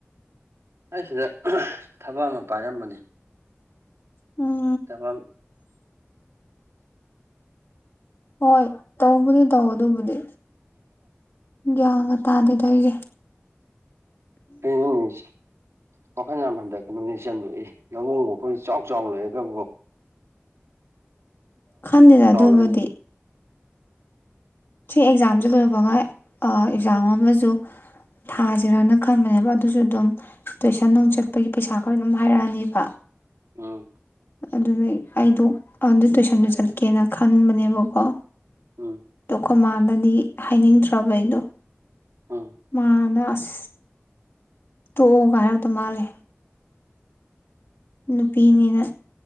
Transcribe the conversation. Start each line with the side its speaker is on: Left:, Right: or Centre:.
Right: ꯑꯩꯁꯤꯗ ꯊꯕꯛ ꯑꯃ ꯄꯥꯏꯔꯝꯕꯅꯤ
Left: ꯎꯝ
Right: ꯇꯕꯝ
Left: ꯍꯣꯏ ꯇꯧꯕꯗꯤ ꯇꯧ ꯑꯗꯨꯕꯨꯗꯤ ꯒꯤꯌꯥꯟꯒ ꯇꯥꯗꯦꯗ ꯇꯩꯖꯦ
Right: <unintelligible> ꯋꯥꯈꯜ ꯌꯥꯝ ꯍꯟꯗꯒꯤꯅꯨꯅꯦ ꯏꯆꯟꯕꯨ ꯏ ꯅꯕꯨꯡ ꯑꯩꯈꯣꯏ ꯏꯆꯥꯎ ꯆꯥꯎ ꯂꯩꯒꯕꯨ
Left: ꯈꯟꯗꯦꯗ ꯑꯗꯨꯕꯨꯗꯤ
Right: ꯂꯩꯔꯝꯃꯤ
Left: ꯁꯤ ꯑꯦꯛꯖꯥꯝꯁꯦ ꯂꯣꯏꯕꯒ ꯑꯥ ꯑꯦꯛꯖꯥꯝ ꯑꯃꯁꯨ ꯊꯥꯁꯤꯔꯅ ꯈꯟꯕꯅꯦꯕ ꯑꯗꯨꯁꯨ ꯑꯗꯨꯝ ꯇꯨꯏꯁꯟ ꯅꯨꯡ ꯆꯠꯄꯒꯤ ꯄꯩꯁꯥ ꯈꯔ ꯑꯗꯨꯝ ꯍꯥꯏꯔꯛꯑꯅꯦꯕ
Right: ꯎꯝ
Left: ꯑꯗꯨꯗ ꯑꯩꯗꯣ ꯑꯗꯨ ꯇꯨꯏꯁꯟꯗ ꯆꯠꯀꯦꯅ ꯈꯟꯕꯅꯦꯕꯀꯣ
Right: ꯎꯝ
Left: ꯇꯣ ꯈꯣꯏ ꯃꯅꯗꯤ ꯍꯥꯏꯅꯤꯡꯗ꯭ꯔꯕ ꯑꯩꯗꯣ
Right: ꯎꯝ
Left: ꯃꯥꯅ ꯑꯁ ꯇꯣꯛꯑꯣꯒꯥꯏ ꯍꯥꯏꯔꯛꯇꯧ ꯃꯥꯜꯂꯦ ꯅꯨꯄꯤꯅꯤꯅ